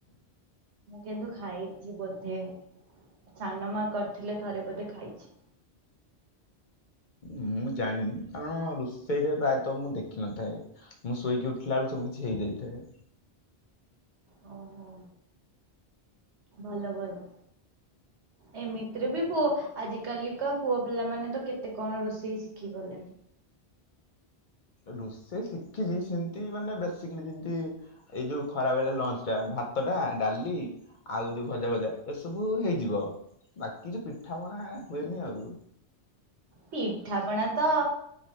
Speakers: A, on the right (about 75°); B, on the left (about 50°).
A: ମୁଁ କିନ୍ତୁ ଖାଇଛି ବୋଧେ ସାନ ମା କରିଥିଲେ ଥରେ ବୋଧେ ଖାଇଛି।
B: ମୁଁ ଜାଣିନି କାରଣ ରୋଷେଇରେ ପ୍ରାୟତଃ ମୁଁ ଦେଖିନଥାଏ। ମୁଁ ଶୋଇକି ଉଠିଲା ବେଳୁ ସବୁ କିଛି ହେଇଯାଇଥାଏ।
A: ଓହୋ ଭଲ ଭଲ। ଏମିତିରେ ବି ପୁଅ ଆଜିକାଲିକା ପୁଅ ପିଲାମାନେ ତ କେତେ କଣ ରୋଷେଇ ଶି କି ଗଲେଣି।
B: ରୋଷେଇ ଶିଖିଛି ସେମିତି ମାନେ ବସିକିଲି ଯେମତି ଏଇ ଯୋଉ ଖରା ବେଳେ ଲଞ୍ଚ ଟା ଭାତ ଟା ଡାଲି ଆଉ ଯୋଉ ଭଜା ଭଜା ଏସବୁ ହେଇଯିବ ବାକି ଯୋଉ ପିଠା ପଣା ହୁଏନି ଆଉ।
A: ପିଠାପଣା ତ